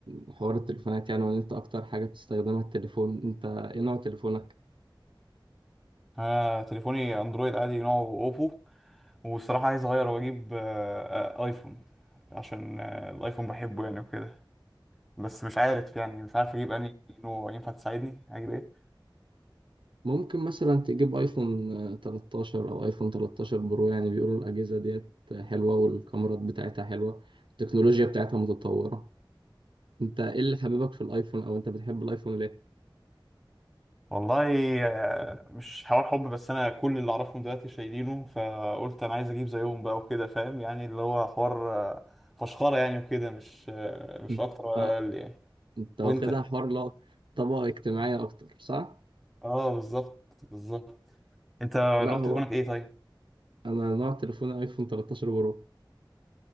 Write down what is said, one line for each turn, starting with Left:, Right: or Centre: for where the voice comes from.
Right: لحوار التليفونات يعني وان انت اكتر حاجة بتستخدمها التليفون انت ايه نوع تليفونك؟
Centre: انا تليفوني اندرويد عادي نوعه اوبو والصراحه عايز اغير واجيب آه، آه، ايفون عشان آه، الايفون بحبه يعني وكده بس مش عارف يعني مش عارف اجيب انهي نوع ينفع تساعدني اجيب ايه؟
Right: ممكن مثلا تجيب ايفون آه، 13 او ايفون 13 برو يعني بيقولوا الاجهزه ديت حلوه والكاميرات بتاعتها حلوه التكنولوجيا بتاعتها متطوره انت ايه اللي حبيبك في الايفون او انت بتحب الايفون ليه
Centre: والله آه، مش حوار حب بس انا كل اللي اعرفهم دلوقتي شايلينه فقلت انا عايز اجيب زيهم بقى وكده فاهم يعني اللي هو حوار آه، فشخره يعني وكده مش آه، مش
Right: انت
Centre: اكتر ولا
Right: اه
Centre: اقل يعني
Right: انت واخدها
Centre: وانت
Right: حوار لا طبقه اجتماعيه اكتر صح
Centre: اه بالظبط بالظبط انت
Right: لا
Centre: نوع
Right: هو
Centre: تليفونك ايه طيب
Right: انا نوع تليفوني ايفون 13 برو